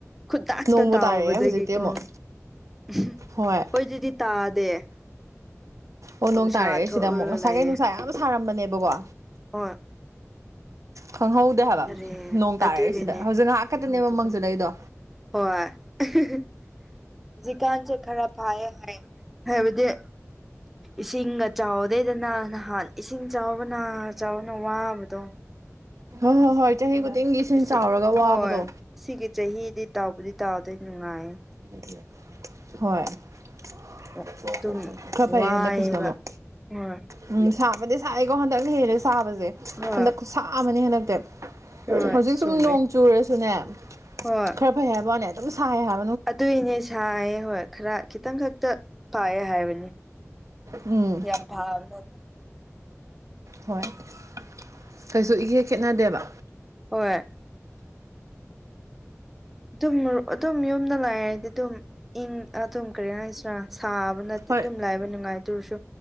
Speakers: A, in the centre; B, on the right.
A: ꯈꯨꯗꯥꯛꯇ
B: ꯅꯣꯡꯕꯨ
A: ꯇꯥꯎꯕꯗꯒꯤꯀꯣ
B: ꯇꯥꯔꯛꯑꯦ ꯍꯧꯖꯤꯛꯇꯤ ꯑꯃꯨꯛ
A: <unintelligible> ꯑꯩ
B: ꯍꯣꯏ
A: ꯈꯣꯢꯗꯗꯤ ꯇꯥꯗꯦ
B: ꯑꯣ
A: ꯅꯨꯡꯁꯥ
B: ꯅꯣꯡ ꯇꯥꯔꯛꯑꯦ
A: ꯊꯣꯛꯎꯔꯒ
B: ꯁꯤꯗ ꯑꯃꯨꯛ ꯉꯁꯥꯏꯒꯩ
A: ꯂꯩꯌꯦ
B: ꯅꯨꯡꯁꯥ ꯌꯥꯝ ꯁꯥꯔꯝꯕꯅꯦꯕꯀꯣ
A: ꯍꯣꯏ
B: ꯈꯪꯍꯧꯗꯦ ꯍꯥꯏꯕ
A: ꯑꯔꯦ
B: ꯅꯣꯡ ꯇꯥꯔꯛꯑꯦ
A: ꯑꯗꯨꯒꯤꯅꯦ
B: ꯁꯤꯗ ꯍꯧꯖꯤꯛ ꯉꯥꯍꯥꯛ ꯈꯛꯇꯅꯦꯕ ꯃꯪꯖꯤꯜꯂꯛꯢꯗꯣ
A: ꯍꯣꯏ <unintelligible> ꯍꯧꯖꯤꯛ ꯀꯥꯟꯖꯦ ꯈꯔ ꯐꯥꯏꯌꯦ ꯍꯥꯏ ꯍꯥꯢꯕꯗꯤ ꯏꯁꯤꯡꯒ ꯆꯥꯎꯗꯦꯗꯅ ꯅꯍꯥꯟ ꯏꯁꯤꯡ ꯆꯥꯎꯕꯅ ꯆꯥꯎꯕꯅ ꯋꯥꯕꯗꯣ
B: ꯍꯣ ꯍꯣꯏ ꯍꯣꯏ ꯆꯍꯤ ꯈꯨꯗꯤꯡꯒꯤ ꯏꯁꯤꯡ
A: ꯑꯁꯤ
B: ꯆꯥꯎꯔꯒ ꯋꯥꯕꯗꯣ
A: ꯍꯣꯏ ꯁꯤꯒꯤ ꯆꯍꯤꯗꯤ ꯇꯥꯎꯕꯨꯗꯤ ꯇꯥꯎꯗꯦ ꯅꯨꯡꯉꯥꯏꯌꯦ
B: <unintelligible> ꯍꯣꯏ <unintelligible>
A: ꯑꯗꯨꯝ
B: ꯈꯔ ꯐꯩꯌꯦ
A: ꯋꯥꯏꯑꯦꯕ
B: ꯍꯟꯗꯛ ꯀꯤꯁꯤꯅ ꯑꯃꯨꯛ
A: ꯍꯣꯏ
B: ꯎꯝ ꯁꯥꯕꯗꯤ ꯁꯥꯌꯦꯀꯣ ꯍꯟꯗꯛ ꯍꯦꯟꯂꯦꯀꯣ ꯁꯥꯕꯖꯦ
A: ꯍꯣꯏ
B: ꯍꯟꯗꯛ ꯈꯨꯁꯥ ꯑꯃꯅꯦ ꯍꯟꯗꯛꯇꯤ
A: ꯍꯣꯏ
B: ꯍꯧꯖꯤꯛ
A: ꯆꯨꯝꯃꯦ
B: ꯁꯨꯝ ꯅꯣꯡ ꯆꯨꯔꯁꯨꯅꯦ
A: ꯍꯣꯏ
B: ꯈꯔ ꯐꯩ ꯍꯥꯏꯕ ꯋꯥꯅꯦ ꯑꯗꯨꯝ ꯁꯥꯏ ꯍꯥꯏ
A: ꯑꯗꯨꯏꯅꯦ ꯁꯥꯏꯌꯦ ꯍꯣꯏ ꯈꯔ ꯈꯤꯇꯪ ꯈꯛꯇ ꯐꯌꯦ ꯍꯥꯏꯕꯅꯤ
B: ꯎꯝ
A: ꯌꯥꯝ ꯐꯥꯕꯅꯦ
B: ꯍꯣꯏ <unintelligible> ꯀꯩꯁꯨ ꯏꯈꯦꯠ ꯈꯦꯠꯅꯗꯦꯕ
A: ꯍꯣꯏ ꯑꯗꯨꯝ ꯑꯗꯨꯝ ꯌꯨꯝꯗ ꯂꯩꯔꯗꯤ ꯑꯗꯨꯝ ꯏꯪ ꯑꯗꯨꯝ ꯀꯔꯤ ꯍꯥꯏꯁꯤꯔꯥ ꯁꯥꯕꯅ
B: ꯍꯣꯏ
A: ꯑꯗꯨꯝ ꯂꯥꯏꯕ ꯅꯨꯡꯉꯥꯏ ꯗꯨꯑꯣꯏꯔꯁꯨ